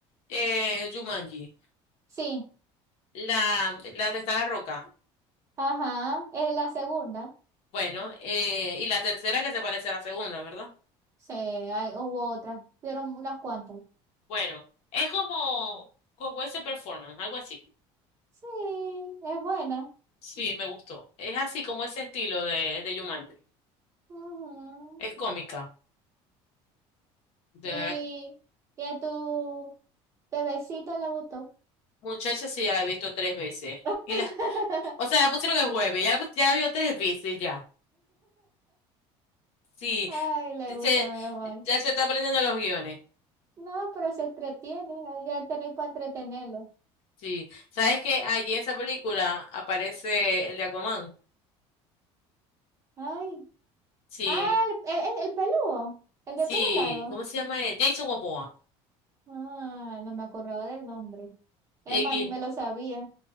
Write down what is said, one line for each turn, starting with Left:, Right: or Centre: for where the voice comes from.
Left: eh, Jumanji,
Right: Sí,
Left: la, la de Está la Roca.
Right: ajá, es la segunda.
Left: Bueno, eh, y la tercera que se parece a la segunda, ¿verdad?
Right: Sí, hay- hubo otras, vieron unas cuantas.
Left: Bueno, es como, como ese performance, algo así.
Right: Sí, es buena.
Left: Sí, me gustó. Es así como ese estilo de, de Jumanji.
Right: Ujú.
Left: Es cómica. De
Right: ¿Y,
Left: verdad,
Right: y a tu bebecito le gustó?
Left: muchacha, sí, ya la he visto tres veces.
Right: <laughs>
Left: Y la, o sea, la pusieron el jueves, ya la, pus- ya la vio tres veces ya. Sí,
Right: Ay, le gustó,
Left: Se,
Right: menos mal.
Left: ya se está aprendiendo los guiones.
Right: No, pero se entretiene, ahí ya tenéis para entretenerlo.
Left: Sí. ¿Sabes que allí en esa película aparece el de Aquaman?
Right: Ay,
Left: Sí,
Right: ah, el, el, el peludo, el
Left: sí.
Right: de pelo largo.
Left: ¿Cómo se llama él? Jason Momoa.
Right: Ah, no me acordaba del nombre.
Left: El
Right: Es más,
Left: gui-
Right: ni me lo sabía.